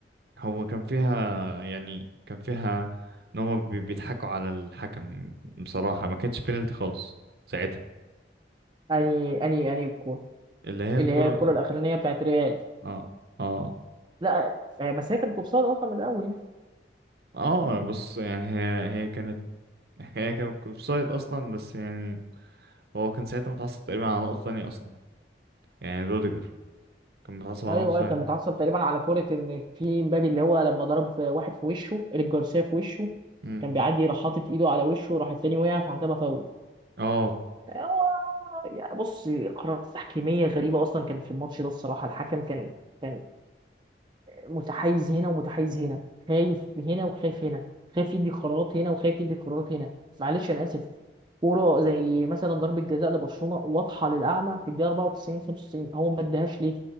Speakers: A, on the right; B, on the right.
A: هو كان فيها يعني كان فيها ان هم بيضحكوا على الحكم بصراحة ما كانتش بينالتي خالص ساعتها
B: اني اني اني الكوره
A: اللي هي الكرة
B: اللي هي الكوره الاخرانيه بتاعت ريال
A: اه اه
B: لا آه، بس هي كانت اوفسايد اصلا من الاول يعني
A: اه بص يعني هي هي كانت هي كانت اوفسايد اصلا بس يعني هو كان ساعتها متعصب تقريبا على نقطة تانية اصلا يعني روديجر كان متعصب
B: ايوه
A: على نقطة
B: ايوه
A: تانية
B: كان متعصب تقريبا على كوره ان في مبابي اللي هو لما ضرب واحد في وشه ايريك جارسيا في وشه
A: امم
B: كان بيعدي راح حاطط ايده على وشه راح التاني وقع فحسبها فاول
A: اه
B: هو يعني بص قرارات تحكيميه غريبه اصلا كان في الماتش ده الصراحه الحكم كان كان متحيز هنا ومتحيز هنا خايف هنا وخايف هنا خايف يدي قرارات هنا وخايف يدي قرارات هنا معلش انا اسف كوره زي مثلا ضربه جزاء لبرشلونه واضحه للاعمى في الدقيقه 94 95 هو ما اداهاش ليه